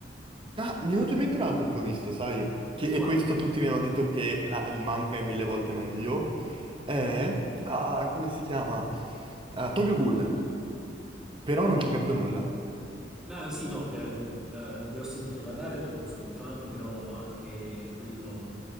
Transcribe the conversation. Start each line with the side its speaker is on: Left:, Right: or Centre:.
Right: Ah, mi è venuto in mente un altro che ho visto, sai? Che,
Centre: Quale?
Right: e questo tutti mi hanno detto che la- il manga è mille volte meglio. È, ah, come si chiama? Ah, Tokyo Ghoul. Però non ci ho capito nulla.
Centre: Ah, sì, no, ne, eh, ne ho sentito parlare, lo conosco di fama, però anche quello,